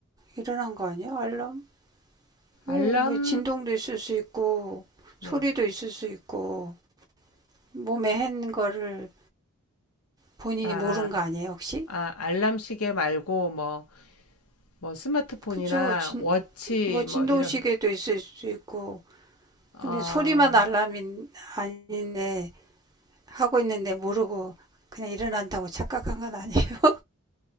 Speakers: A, on the right (about 20°); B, on the left (about 80°).
A: 일어난 거 아니에요? 알람 왜,
B: 알람,
A: 진동도 있을 수 있고
B: 네.
A: 소리도 있을 수 있고 몸에 한 거를 본인이
B: 아,
A: 모른 거 아니에요, 혹시?
B: 아, 알람 시계 말고 뭐, 뭐 스마트폰이나
A: 그쵸. 진,
B: 워치
A: 뭐 진동시계도
B: 뭐 이런,
A: 있을 수 있고
B: 어,
A: 근데 소리만 알람이 아닌데 하고 있는데 모르고 그냥 일어난다고 착각한 건 아니에요. <laughs>